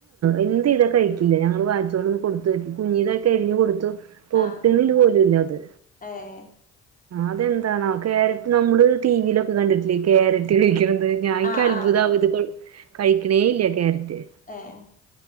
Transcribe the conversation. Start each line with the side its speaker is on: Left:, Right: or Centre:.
Right: എന്ത യ്താ കഴിക്കില്ല ഞങ്ങള് വാങ്ങിച്ചോട് ഒന്ന് കൊടുത്തോക്കി കുഞ്ഞീതാക്കി അരിഞ്ഞ് കൊടുത്തു തൊട്ട്ണ്
Left: ആഹ്
Right: ല് പോലും ല്ലത്
Left: ഏഹ്
Right: അത ന്താണോ ക്യാരറ്റ് നമ്മള് ടി വിയിലൊക്കെ കണ്ടിട്ടില്ലേ ക്യാരറ്റ് കഴിക്ക്ണത് ഞാൻ ഇക്ക്
Left: ആഹ്
Right: അത്ഭുത
Left: ആഹ്
Right: ആവ ഇത് കഴിക്ക്ണേ ഇല്ല ക്യാരറ്റ്
Left: ഏഹ്